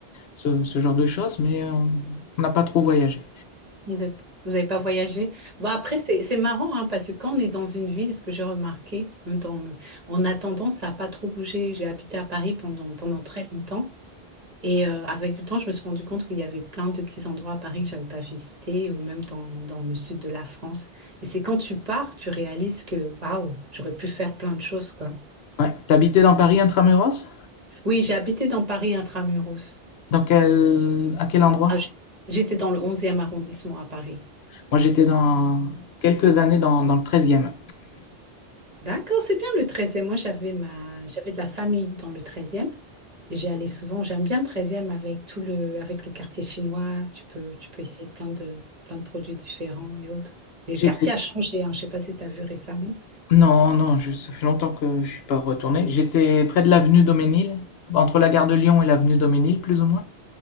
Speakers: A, on the left; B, on the right.
A: ce, ce genre de choses, mais euh, on n'a pas trop voyagé.
B: Vous n'avez vous avez pas voyagé. Bah après, c'est c'est marrant hein, parce que quand on est dans une ville, ce que j'ai remarqué, même dans en attendant, ça n'a pas trop bougé. J'ai habité à Paris pendant, pendant très longtemps. Et euh, avec le temps, je me suis rendu compte qu'il y avait plein de petits endroits à Paris que j'avais pas visités, ou même dans, dans le sud de la France. Et c'est quand tu pars, tu réalises que waouh, j'aurais pu faire plein de choses, quoi.
A: Ouais. T'habitais dans Paris intramuros?
B: Oui, j'ai habité dans Paris intramuros.
A: Dans quel... À quel endroit?
B: Ah, j'ai- j'étais dans le onzième arrondissement à Paris.
A: Moi, j'étais dans quelques années dans, dans le 13e.
B: D'accord, c'est bien le treizième. Moi, j'avais ma... j'avais de la famille dans le treizième. Et J'y allais souvent. J'aime bien le treizième avec tout le... avec le quartier chinois. Tu peux, tu peux essayer plein de... plein de produits différents et autres. Et
A: <clears throat> J'étais...
B: le quartier a changé, hein. Je ne sais pas si tu as vu récemment.
A: Non, non, je... ça fait longtemps que je suis pas retourné. J'étais près de l'avenue Daupménil, entre la gare de Lyon et l'avenue Daupménil, plus ou moins.